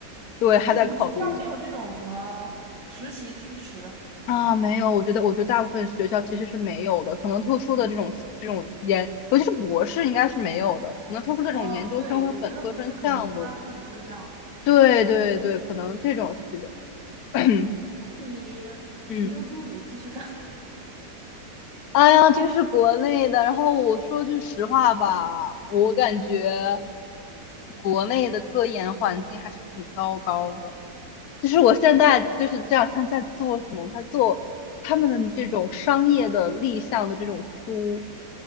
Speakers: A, on the left; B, on the right.
A: 对，还在考虑。
B: 哎，你们学校没有这种什么实习支持？
A: 啊，
B: 没有。
A: 没有，我觉得，我觉得大部分学校其实是没有的，可能特殊的这种这种研，尤其是博士应该是没有的，可能特殊的这种研究生或者本科生项目，
B: 哦，对，我觉得不是，可能他就不会这样。
A: 对对对，可能这种是比较，<clears throat>
B: 那你研究助理继续干。
A: 嗯
B: <laughs>
A: 哎呀，这是国内的。然后我说句实话吧，我感觉国内的科研环境还是挺糟糕的。就是我现在就是这两天在做什么？在做他们的这种商业的立项的这种书，